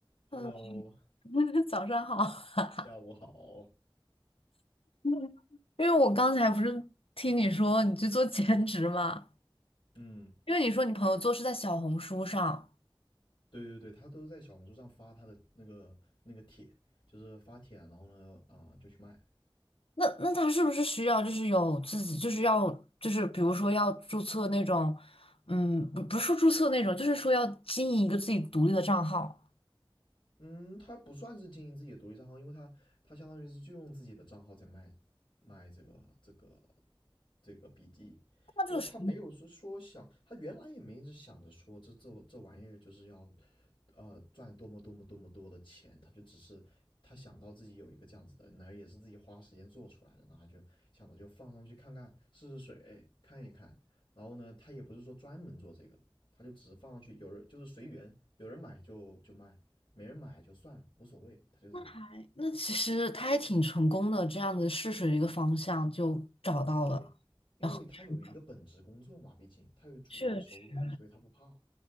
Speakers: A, on the left; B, on the left.
A: Hello，
B: 嗯，<laughs> 早上好。<laughs>
A: 下午好。
B: 嗯因为我刚才不是听你说你去做兼职嘛？
A: 嗯，
B: 因为你说你朋友做是在小红书上，
A: 对对对，他都在小红书上发他的那个那个帖，就是发帖，然后呢，啊、就去卖。
B: 那那他是不是需要就是有自己就是要就是比如说要注册那种，嗯，不不是说注册那种，就是说要经营一个自己独立的账号。
A: 嗯，他不算是经营自己的独立账号，因为他他相当于是就用自己的账号在卖卖这个这个这个笔记，
B: 那这个时
A: 因为他没有说说想，他原来也没一直想着说这这这玩意儿就是要呃赚多么多么多么多的钱，他就只是他想到自己有一个这样子的，那也是自己花时间做出来的，那他就想着就放上去看看试试水看一看，然后呢，他也不是说专门做这个，他就只是放上去，有人就是随缘，有人买就就卖。没人买就算了，无所谓，他就是这样。
B: 候还那其实他还挺成功的，这样子试水的一个方向就找到了，
A: 对，因为他有一个本职工作嘛，
B: 然后确
A: 毕竟他有主要的收入，
B: 实。
A: 所以他不怕。